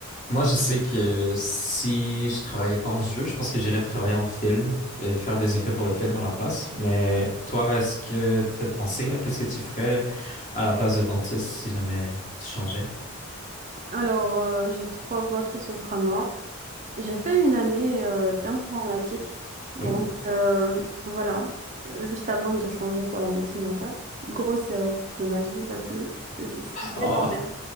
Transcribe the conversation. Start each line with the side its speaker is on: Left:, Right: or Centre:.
Left: Moi, je sais que si je travaillais pas en jeu, je pense que j'irais travailler en film et faire des effets pour le film à la place. Mais toi, est-ce que t'as pensé à qu'est-ce que tu ferais à la place de dentiste si jamais tu changeais?
Right: Alors, euh, j'ai trois voies qui s'offrent à moi. J'ai fait une année euh, d'informatique. Donc,
Left: Ouh.
Right: euh, voilà, Euh, juste avant de changer pour la médecine dentaire. Grosse erreur de ma vie, la plus... C'est une belle
Left: <laughs> Oh,
Right: emmerde.